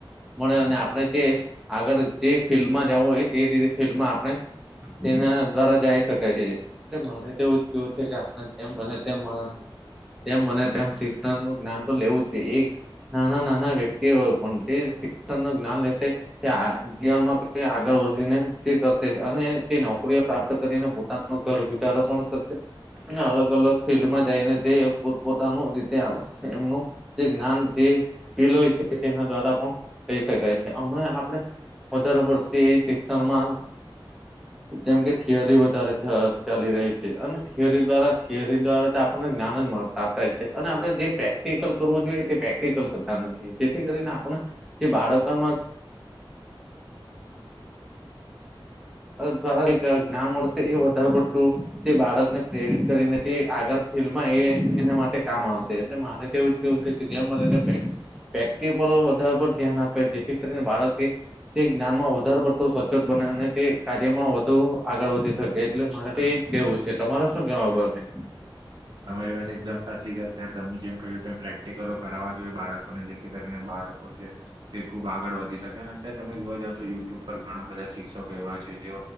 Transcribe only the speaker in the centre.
મળે અને આપણે જે આગળ જે ફિલ્ડમાં જવું હોય તે ફિલ્ડમાં આપણે તેના દ્વારા જઈ શકે છે એટલે મારે તો એવું જ કેવું છે કે આપણે જેમ બને તેમા તેમ મને તેમ શિક્ષણ નું જ્ઞાન તો લેવું જોયે એક નાના નાના વ્યક્તિ જે શિક્ષણ ન જ્ઞાન લેશે જીવનમાં આગળ વધીને જે કરશે અને તે નોકરીઓ પ્રાપ્ત કરીને પોતાના ઘરગુચારો પણ કરશે અને અલગ અલગ ફિલ્ડમાં જઈને તે પો પોતાનું રીતે એમનું જે જ્ઞાન જે સ્કીલ હોય છે તેના દ્વારા પણ થાય છે હમણાં આપણે વધારે પડતી શિક્ષણમાં
જેમ કે થિયરી વધારે ચાલી રહી છે અને થિયરી દ્વારા થિયરી દ્વારા આપણને જ્ઞાન જ મળ થ છે અને આપણે જે પ્રેક્ટિકલ કરવો જોઈએ તે પ્રેક્ટિકલ કરતા નથી જેથી કરીને આપણે જે બાળકોમાં દ્વારા જ્ઞાન મળશે એ વધારે પડતું તે બાળકને પ્રેરિત કરીને તે આગળ ફિલ્ એ એના માટે કામ આવશે એટલે મારે તો એવું જ કેવું છે કે જેમ મને પેક્ટ વધારે પર ધ્યાન આપે જેથી કરીને બાળકે તે જ્ઞાનમાં વધારે પડતો સવચોત બને અને તે કાર્યમાં વધુ આગળ વધી શકે એટલે મારે તે એજ કેવું છે તમારે શું કેવુ આ બાબતે